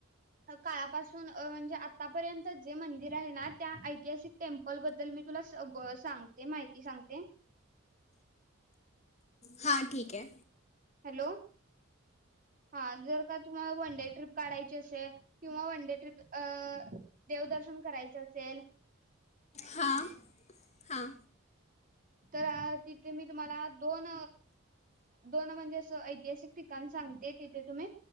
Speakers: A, on the right; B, on the left.
A: काळा पासून म्हणजे आतापर्यंत जे मंदिर आहे ना त्या ऐतिहासिक टेम्पल बद्दल मी तुला सगळ सांगते माहिती सांगते
B: हां ठीक आहे
A: हॅलो हा जर का तुम्हाला वनडे ट्रीप काढायची असेल किंवा वनडे ट्रीप अ देवदर्शन करायचं असेल
B: हां हां
A: तर तिथे मी तुम्हाला दोन दोन म्हणजे अस ऐतिहासिक ठिकाण सांगते तिथे तुम्ही